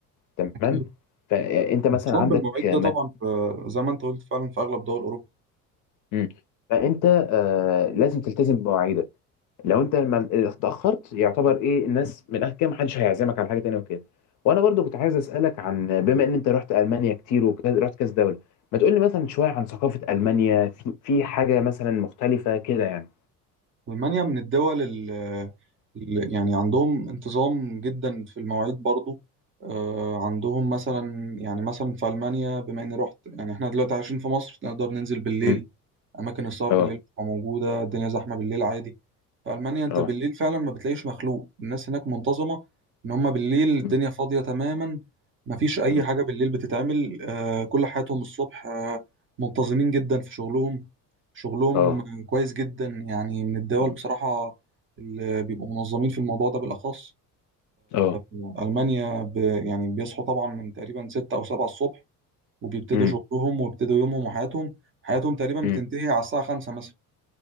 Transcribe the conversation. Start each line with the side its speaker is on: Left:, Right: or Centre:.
Left: تمام
Right: أكيد
Left: فانت مثلا
Right: النظام
Left: عندك
Right: بالمواعيد
Left: مك...
Right: ده طبعا في زي ما أنت قلت فعلا في أغلب دول أوروبا
Left: مم. فانت آه لازم تلتزم بمواعيدك لو انت لما اتاخرت يعتبر ايه الناس من الاخر كده محدش هيعزمك على حاجه تانية وكده وانا برضو كنت عايز اسالك عن بما ان انت رحت المانيا كتير ورحت كذا دوله ما تقول لي مثلا شويه عن ثقافه المانيا في, في حاجه مثلا مختلفه كده يعني
Right: ألمانيا من الدول اللي يعني عندهم انتظام جدا في المواعيد برضو آه، عندهم مثلا يعني مثلا في ألمانيا بما إني رحت يعني إحنا دلوقتي عايشين في مصر نقدر ننزل بالليل
Left: مم.
Right: اماكن السهر
Left: اه
Right: بالليل بتبقى موجوده الدنيا زحمه بالليل عادي في المانيا انت
Left: اه
Right: بالليل فعلا ما بتلاقيش مخلوق الناس هناك منتظمه ان هم بالليل الدنيا
Left: مم.
Right: فاضيه تماما ما فيش اي
Left: مم.
Right: حاجه بالليل بتتعمل آه كل حياتهم الصبح آه منتظمين جدا في شغلهم شغلهم
Left: اه
Right: كويس جدا يعني من الدول
Left: مم.
Right: بصراحه اللي بيبقوا منظمين في الموضوع ده بالاخص
Left: اه
Right: المانيا ب... يعني بيصحوا طبعا من تقريبا 6 او 7 الصبح وبيبتدوا
Left: مم.
Right: شغلهم ويبتدوا يومهم وحياتهم حياتهم تقريبا بتنتهي
Left: مم.
Right: على الساعه 5 مثلا